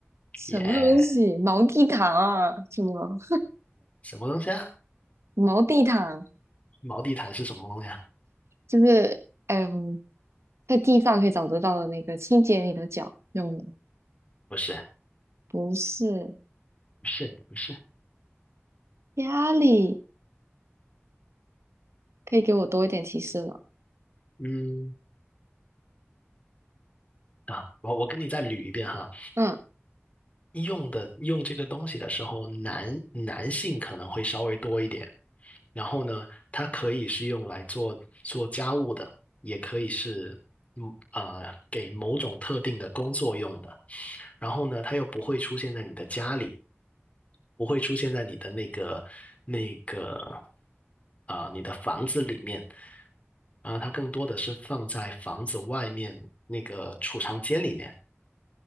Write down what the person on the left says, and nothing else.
耶，
什么东西啊？
毛地毯是什么东西啊？
不是，
不是，不是。
嗯，啊，我我跟你再捋一遍哈。
用的用这个东西的时候，男男性可能会稍微多一点。然后呢，它可以是用来做做家务的，也可以是嗯啊、呃给某种特定的工作用的。然后呢，它又不会出现在你的家里。不会出现在你的那个那个啊、你的房子里面啊、它更多的是放在房子外面那个储藏间里面，